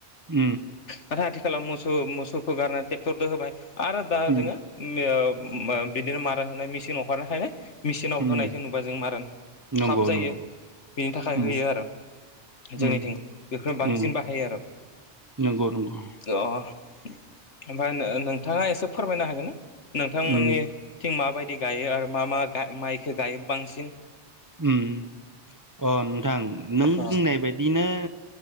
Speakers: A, on the right; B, on the left.
A: ऊम,
B: नाथाय आथिखालाव मोसौ मोसौखौ गारनानै ट्रेक्टरजों होबाय। आरो दा
A: ऊम,
B: जोङो ओ मो बिदिनो मारा होनाय मेसिन हंखारनायखायनो मेचिनाव
A: ऊम,
B: होनायखौ नुबा जों मारन
A: नंगौ,
B: थाब
A: नंगौ।
B: जायो बेनि थाखाय
A: ऊम,
B: होयो आरो जोंनिथिं
A: ऊम,
B: बेखौनो बांसिन
A: ऊम,
B: बाहायो आरो
A: नंगौ, नंगौ।
B: अ ओमफ्राय नों नोंथाङा एसे फोरमायनो हागोन नोंथांमोननिथिं
A: ऊम,
B: माबायदि दि गायो आरो मा मा माइखौ गायो बांसिन
A: उम अ नोंथां नों
B: औ
A: बुंनाय बायदिनो